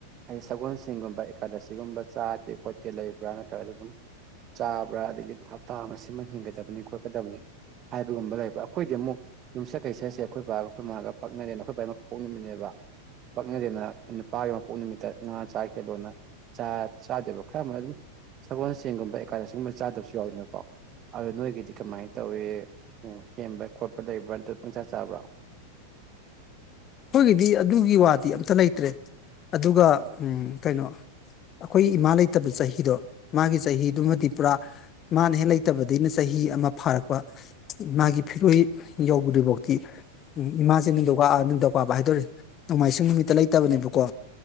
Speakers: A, on the right; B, on the left.
A: ꯍꯥꯏꯗꯤ ꯁꯒꯣꯜꯁꯦꯝ ꯒꯨꯝꯕ ꯑꯦꯀꯥꯗꯁꯤꯒꯨꯝꯕ ꯆꯥꯗꯦ ꯈꯣꯠꯇꯦ ꯂꯩꯕ꯭ꯔꯥ ꯅꯠꯇ꯭ꯔꯒ ꯑꯗꯨꯝ ꯆꯥꯕ꯭ꯔꯥ ꯑꯗꯒꯤ ꯊꯞ ꯇꯥꯃ ꯁꯤꯃ ꯍꯦꯟꯒꯗꯕꯅꯤ ꯈꯣꯠꯀꯗꯕꯅꯤ ꯍꯥꯏꯕꯒꯨꯝꯕ ꯂꯩꯕ꯭ꯔꯥ ꯑꯩꯈꯣꯏꯗꯤ ꯑꯃꯨꯛ ꯌꯨꯝꯁ ꯀꯩꯁꯁꯦ ꯑꯩꯈꯣꯏꯕꯥꯒ ꯑꯩꯈꯣꯏꯃꯥꯒ ꯄꯥꯛꯅꯗꯦꯅ ꯑꯩꯈꯣꯏ ꯕꯥꯏ ꯃꯄꯣꯛ ꯅꯨꯡꯃꯤꯠꯅꯦꯕ ꯄꯛꯅꯗꯦꯅ ꯅꯨꯄꯥꯒꯤ ꯃꯄꯣꯛ ꯅꯨꯃꯤꯠꯇ ꯉꯥ ꯆꯥ ꯍꯦꯂꯣꯅ ꯆꯥ ꯆꯥꯗꯦꯕ ꯈꯔ ꯑꯃꯅ ꯑꯗꯨꯝ ꯁꯒꯣꯜꯁꯦꯜꯒꯨꯝꯕ ꯑꯦꯀꯥꯗꯁꯤꯒꯨꯝꯕ ꯆꯥꯗꯕꯁꯨ ꯌꯥꯎꯋꯤꯅꯀꯣ ꯑꯗꯣ ꯅꯣꯏꯒꯤꯗꯤ ꯀꯃꯥꯏꯟ ꯇꯧꯋꯤ ꯍꯦꯟꯕ ꯈꯣꯠꯄ ꯂꯩꯕ꯭ꯔꯥ ꯅꯠꯇ꯭ꯔ ꯄꯪꯆꯥꯥ ꯆꯥꯕ꯭ꯔꯥ
B: ꯑꯩꯈꯣꯏꯒꯤꯗꯤ ꯑꯗꯨꯒꯤ ꯋꯥꯗꯤ ꯑꯝꯇ ꯂꯩꯇ꯭ꯔꯦ ꯑꯗꯨꯒ ꯎꯝ ꯀꯩꯅꯣ ꯑꯩꯈꯣꯏ ꯏꯃꯥ ꯂꯩꯇꯕ ꯆꯍꯤꯗꯣ ꯃꯥꯒꯤ ꯆꯍꯤꯗꯨꯃꯗꯤ ꯄꯨꯔꯥ ꯃꯥꯅ ꯍꯦꯛ ꯂꯩꯇꯕꯗꯒꯤꯅ ꯆꯍꯤ ꯑꯃ ꯐꯥꯔꯛꯄ ꯃꯥꯒꯤ ꯐꯤꯔꯣꯏ ꯌꯧꯕꯗꯨꯐꯥꯎꯇꯤ ꯎꯝ ꯏꯃꯥꯁꯦ ꯅꯤꯡꯗꯧꯀ ꯅꯤꯡꯗꯧ <unintelligible> ꯍꯥꯏꯗꯣꯔꯦ ꯅꯣꯡꯃꯥꯏꯖꯤꯡ ꯅꯨꯃꯤꯠꯇ ꯂꯩꯇꯕꯅꯦꯕꯀꯣ